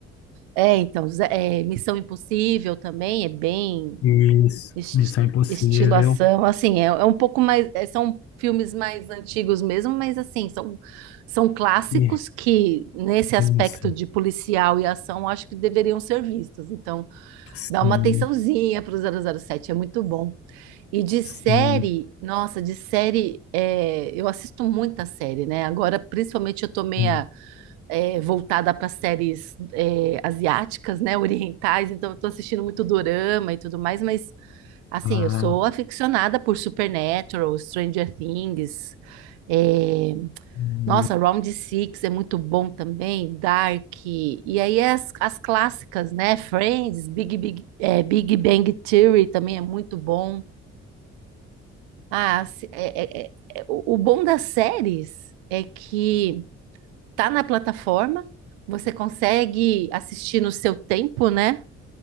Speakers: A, on the right; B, on the left.
A: É, então, Zé- é, Missão Impossível também é bem
B: Isso.
A: esti
B: Missão Impossível.
A: estilo assim, é, é um pouco mais, é, são filmes mais antigos mesmo, mas assim, são, são clássicos
B: E-
A: que, nesse aspecto
B: Isso.
A: de policial e ação, acho que deveriam ser vistos. Então,
B: Sim,
A: dá uma atençãozinha para o zero zero sete é muito bom. E de
B: sim,
A: série, nossa, de série, é, eu assisto muita série, né? Agora, principalmente, eu tô meia
B: sim.
A: é, voltada para séries é, asiáticas, né, <laughs> orientais, então eu tô assistindo muito dorama e tudo mais, mas assim,
B: Ah,
A: eu sou aficionada por Supernatural, Stranger Things, é,
B: hum,
A: nossa, Round Six é muito bom também, Dark, e aí é as, as clássicas, né, Friends, Big, Big, é, Big Bang Theory também é muito bom. Ah, se- é- é- é- é- o o bom das séries é que tá na plataforma, você consegue assistir no seu tempo, né?